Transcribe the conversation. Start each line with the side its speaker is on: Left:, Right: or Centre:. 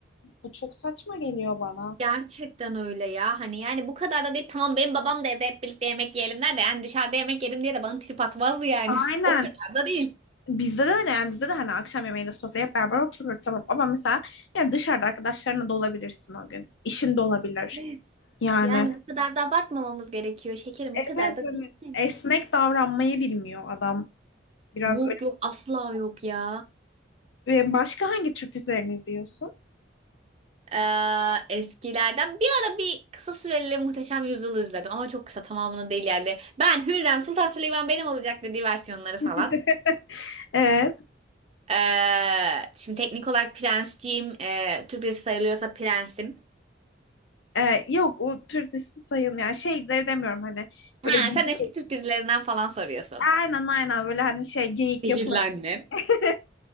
Left: Bu çok saçma geliyor bana.
Right: Gerçekten öyle ya. Hani yani bu kadar da değil. Tamam benim babam da evde hep birlikte yemek yiyelim der de yani dışarıda yemek yedim diye de bana trip atmazdı yani.
Left: Aynen.
Right: <laughs> O kadar da değil.
Left: Bizde de öyle yani bizde de hani akşam yemeğinde sofraya hep beraber oturur tamam ama mesela yani dışarıda arkadaşlarına da olabilirsin o gün. İşin de olabilir.
Right: Evet.
Left: Yani
Right: Yani bu kadar da abartmamamız gerekiyor. Şekerim
Left: evet
Right: o kadar da
Left: hani
Right: değil yani.
Left: esnek davranmayı bilmiyor adam. Biraz
Right: Yok
Left: öyle.
Right: yok asla yok ya.
Left: Ve Başka hangi Türk dizilerini izliyorsun?
Right: Ee, eskilerden bir ara bir kısa süreli Muhteşem Yüzyıl'ı izledim ama çok kısa tamamını değil yani. Ben Hürrem Sultan Süleyman benim olacak dediği versiyonları falan.
Left: <laughs> Evet.
Right: Ee, şimdi teknik olarak prensciyim. Ee, Türk dizisi sayılıyorsa prensim.
Left: Ee, yok o Türk dizisi sayılmıyor. Yani şeyleri demiyorum hani böyle
Right: Ha,
Left: gibi.
Right: sen eski Türk dizilerinden falan soruyorsun.
Left: Aynen aynen böyle hani şey geyik
Right: Sihirli
Left: yapılacak.
Right: Annem.
Left: <laughs>